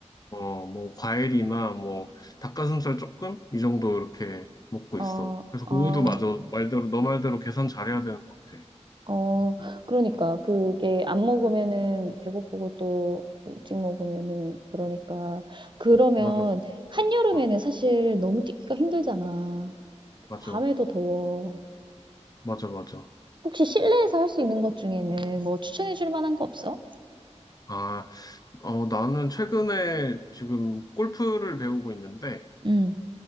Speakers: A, on the left; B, on the right.
A: 어 뭐 과일이나 뭐 닭가슴살 조금 이 정도 이렇게 먹고
B: 어,
A: 있어. 그래서
B: 어,
A: 그것도 맞아. 말대로 너 말대로 계산 잘해야 되는 것 같아.
B: 어, 그러니까 그게 안 먹으면은 배고프고 또 일찍 먹으면은 그러니까 그러면
A: 맞아.
B: 한여름에는
A: 응.
B: 사실 너무 뛰기가 힘들잖아.
A: 맞아.
B: 밤에도 더워.
A: 맞아. 맞아.
B: 혹시 실내에서 할 수 있는 것 중에는 뭐 추천해 줄 만한 거 없어?
A: 아, 어, 나는 최근에 지금 골프를 배우고 있는데
B: 응,